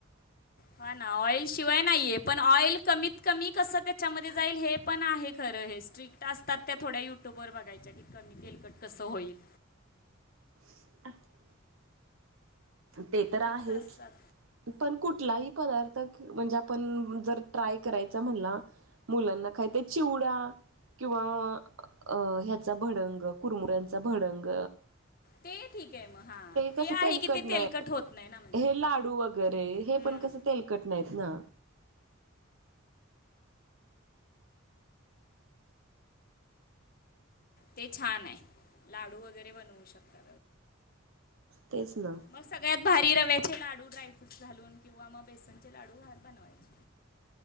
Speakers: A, on the left; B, on the right.
A: हा ना ऑइल शिवाय नाहीये पण ऑइल कमीत कमी कसं त्याच्यामध्ये जाईल हे पण आहे खरं हेच ट्रीक्ट असतात. त्या थोड्या युट्यूबवर बघायच्या की कमी तेलकट कसं होईल.
B: <inaudible> ते तर आहेच.
A: टिप्स असतात
B: पण कुठलाही पदार्थ म्हणजे आपण जर ट्राय करायचा म्हणला. मुलांना काय ते चिवडा किंवा अ ह्याचा भडंग, कुरमुुऱ्यांचा भडंग.
A: ते ठीक आहे मग हा
B: कसं
A: ते आहे
B: तेलकट
A: कि ते
B: हे
A: तेलकट होत नाही ना म्हणजे
B: लाडू वगैरे हे
A: हम्म,
B: पण कसं तेलकट नाहीत ना
A: ते छान आहे लाडू वगैरे बनवू शकतात.
B: तेच ना.
A: मग सगळ्यात भारी रव्याचे लाडू ड्रायफ्रूट्स घालून किंवा मग बेसनचे लाडू बनवायचे.